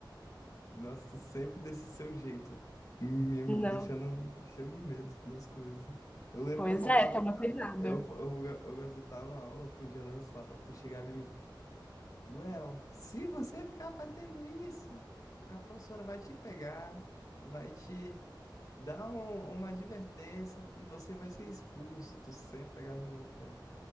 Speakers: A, on the left (about 45°); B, on the left (about 15°).
A: Nossa, tu sempre desse seu jeito, me
B: Não.
A: deixando cheio de medo das coisas. Eu lembro
B: Pois
A: que eu faltava,
B: é, toma cuidado.
A: eu, eu, eu gazetava a aula, eu fugia da sala, tu chegava em mim, Well, se você ficar fazendo isso, a professora vai te pegar, vai te dar um- uma advertência e você vai ser expulso. Tu sempre pegava no meu pé.